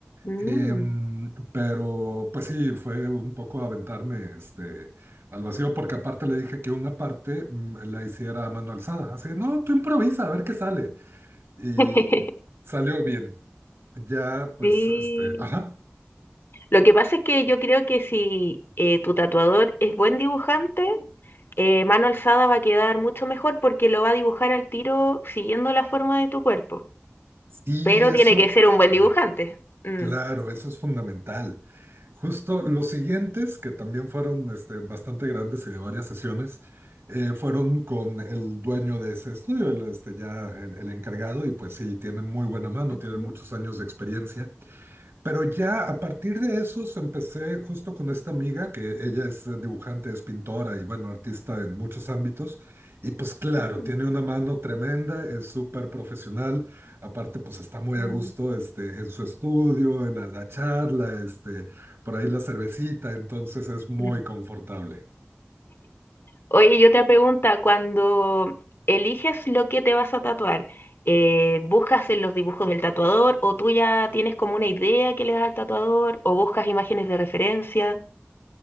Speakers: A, on the left; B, on the right.
A: Mm.
B: Em, pero pues sí, fue un poco aventarme este, al vacío, porque aparte le dije que una parte mm, la hiciera a mano alzada. Así, no, tú improvisa, a ver qué sale. Y
A: <laughs>
B: salió bien. Ya, pues,
A: Sí.
B: este, ajá.
A: Lo que pasa es que yo creo que si eh, tu tatuador es buen dibujante, eh, mano alzada va a quedar mucho mejor porque lo va a dibujar al tiro siguiendo la forma de tu cuerpo.
B: Y
A: Pero
B: eso,
A: tiene que ser
B: ajá.
A: un buen dibujante. Mm.
B: Claro, eso es fundamental. Justo los siguientes, que también fueron este, bastante grandes y de varias sesiones, eh, fueron con el dueño de ese estudio, el, este, ya el, el encargado, y pues sí, tiene muy buena mano,
A: Ujú,
B: tiene muchos años de experiencia. Pero ya a partir de esos empecé justo con esta amiga, que ella es eh, dibujante, es pintora y bueno, artista en muchos ámbitos. Y pues claro,
A: ujú,
B: tiene una mano tremenda, es súper profesional. Aparte, pues está muy
A: mm,
B: a gusto este, en su estudio, en la, la charla, este, por ahí la cervecita, entonces es muy
A: mm.
B: confortable.
A: Oye, y otra pregunta, cuando eliges lo que te vas a tatuar, eh, ¿buscas en los dibujos del tatuador o tú ya tienes como una idea que le das al tatuador o buscas imágenes de referencia?